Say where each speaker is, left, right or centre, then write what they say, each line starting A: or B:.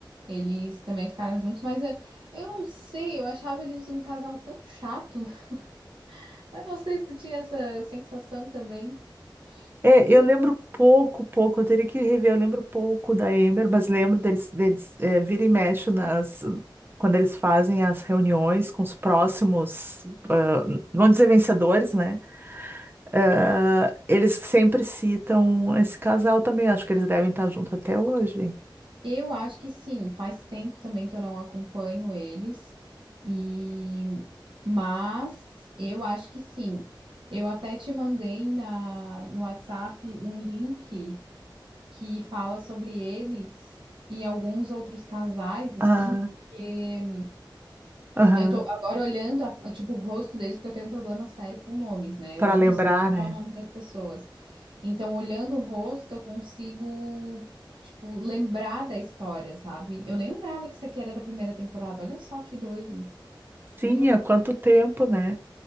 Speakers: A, on the right (about 80°); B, on the right (about 25°).
A: Eles também ficaram juntos, mas eu, eu não sei, eu achava eles um casal tão chato. <laughs> Eu não sei se tu tinha essa sensação também.
B: É,
A: Eles
B: eu lembro pouco, pouco. Eu teria que rever. Eu lembro pouco da Amber, mas lembro deles, deles é, vira e mexe nas, quando eles fazem as reuniões com os próximos, ah, vamos dizer, vencedores, né? Ah, eles sempre citam esse casal também. Acho que eles devem estar juntos até hoje.
A: Eu acho que sim, faz tempo também que eu não acompanho eles, e mas eu acho que sim. Eu até te mandei na, no WhatsApp um link que fala sobre eles e alguns outros casais, assim,
B: Ah,
A: porque
B: aham.
A: Eu tô agora olhando, a- tipo, o rosto deles, porque eu tenho um problema sério com nomes, né?
B: Para
A: Eu não
B: lembrar,
A: consigo lembrar
B: né?
A: o nome das pessoas. Então, olhando o rosto, eu consigo, tipo, lembrar da história, sabe? Eu nem lembrava que isso aqui era da primeira temporada. Olha só que doido.
B: Sim,
A: Meu
B: há
A: Deus,
B: quanto tempo, né?